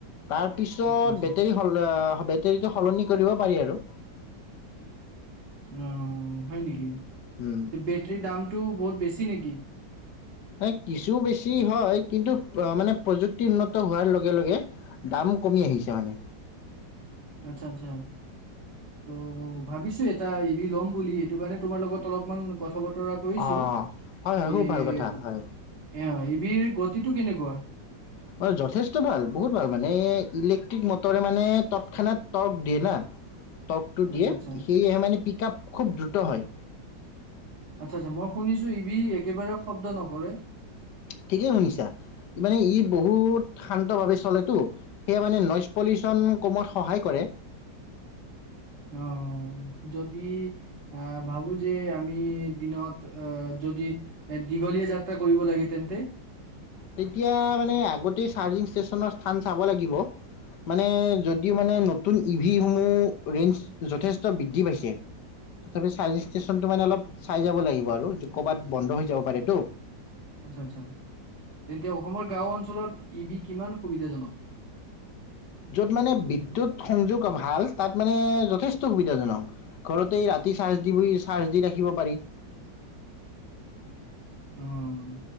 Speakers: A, on the left; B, on the right.
A: তাৰ পিছত
B: আচ্ছা আচ্ছা
A: বেটেৰী সল অ বেটেৰীটো সলনি কৰিব পাৰি আৰু।
B: অঁ' হয় নিকি?
A: উম'।
B: তে বেটৰীৰ দামটো বহুত বেছি নেকি?
A: এ কিছু বেছি হয়, কিন্তু আহ মানে প্ৰযুক্তি উন্নত হোৱাৰ লগে লগে- দাম কমি আহিছে মানে।
B: আৎচ্ছা আৎচ্ছা, ত' ভাবিছো এটা ই ভি ল'ম বুলি, এইটো কাৰণে তোমাৰ লগত- অলপমান কথা বতৰা কৰিছো।
A: অঁ হয় হয়
B: তে-
A: খুব ভাল কথা হয়।
B: এঁ অঁ ই ভিৰ গতিটো কেনেকুৱা?
A: হয়, যথেষ্ট ভাল বহুত ভাল, মানে ইলেক্ট্ৰিক মটৰে মানে তৎক্ষণাত টৰ্ক দিয়ে না।
B: <inaudible>
A: টকটো দিয়ে
B: আচ্ছা আচ্ছা
A: সেয়েহে মানে পিক আপ খুব দ্ৰুত হয়।
B: আৎচ্ছা আৎচ্ছা, মই শুনিছোঁ ই ভি একেবাৰে শব্দ নকৰে?
A: ঠিকেই শুনিছা, ই মানে ই বহুত শান্ত ভাৱে চলেতো। সেয়া মানে নইজ পলিউশ্যন কমোৱাত সহায় কৰে।
B: অঁ' যদি- আঁহ ভাবো যে আমি দিনত আহ যদি- দীঘলীয়া যাত্ৰা কৰিব লাগে তেন্তে।
A: তেতিয়া মানে আগতে চাৰ্জিং ষ্টেচনৰ স্থান চাব লাগিব। মানে যদিও মানে নতুন ই ভিসমূহ ৰেঞ্জ যথেষ্ট বৃদ্ধি পাইছে। তথাপি চাৰ্জ ষ্টেচনটো মানে অলপ চাই যাব লাগিব আৰু ক'ৰবাত বন্ধ হৈ যাব পাৰে তো।
B: আৎচ্ছা আলচ্ছা, তেন্তে গাঁও অঞ্চলত ই ভি কিমান সুবিধাজনক?
A: য'ত মানে বিদ্যুৎ সংযোগ ভাল তাত মানে যথেষ্ট সুবিধাজনক। ঘৰতেই ৰাতি চাৰ্জ দিবি চাৰ্জ দি ৰাখিব পাৰি।
B: অঁ'